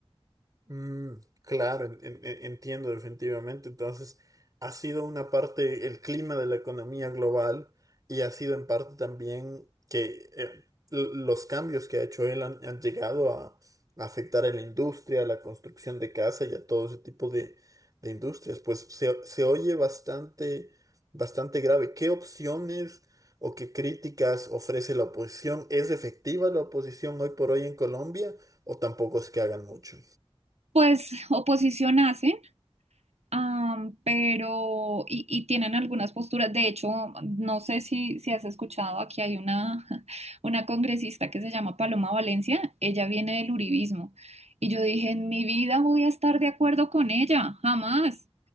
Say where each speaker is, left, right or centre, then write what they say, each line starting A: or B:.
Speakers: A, on the right; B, on the right.
A: Mm, claro, en- en- en- entiendo definitivamente. Entonces, ha sido una parte el clima de la economía global y ha sido en parte también que eh, l- los cambios que ha hecho él han, han llegado a afectar a la industria, a la construcción de casa y a todo ese tipo de, de industrias. Pues se, se oye bastante, bastante grave. ¿Qué opciones o qué críticas ofrece la oposición? ¿Es efectiva la oposición hoy por hoy en Colombia o tampoco es que hagan mucho?
B: Pues oposición hace Am, pero, y, y tienen algunas posturas. De hecho, no sé si, si has escuchado, aquí hay una, <laughs> una congresista que se llama Paloma Valencia, ella viene del uribismo. Y yo dije, en mi vida voy a estar de acuerdo con ella, jamás.